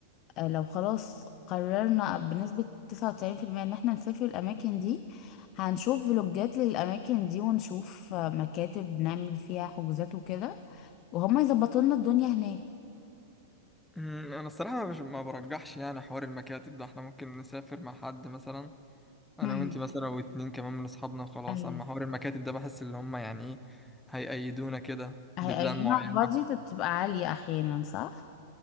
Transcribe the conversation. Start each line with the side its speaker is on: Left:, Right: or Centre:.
Left: آه، لو خلاص قررنا بنسبه 99% ان احنا نسافر الاماكن دي هنشوف فلوجات للاماكن دي ونشوف آه، مكاتب نعمل فيها حجوزات وكده وهم يظبطوا لنا الدنيا هناك
Centre: أمم، انا الصراحه مش ما برجحش يعني حوار المكاتب ده احنا ممكن نسافر مع حد مثلا انا
Left: هم.
Centre: وانت مثلا واتنين كمان من اصحابنا وخلاص
Left: ايوه
Centre: اما حوار المكاتب ده بحس اللي هم يعني ايه هيقيدونا كده
Left: هيقولوا
Centre: ببلان معينة
Left: لنا البادجت بتبقى عاليه احيانا صح